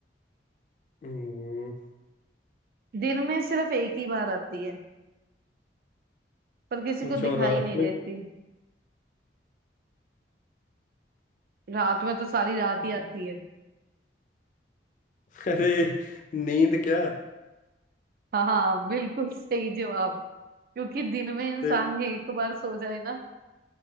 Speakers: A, on the left; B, on the right.
A: हम्म
B: दिन में सिर्फ एक ही बार आती है पर किसी को
A: अच्छा
B: दिखाई
A: और रात
B: नहीं
A: में
B: देती
A: <laughs>
B: रात में तो सारी रात ही आती है
A: अरे नींद क्या
B: हाँ हाँ बिल्कुल सही जवाब क्योंकि दिन में इंसान
A: अरे,
B: एक बार सो जाए ना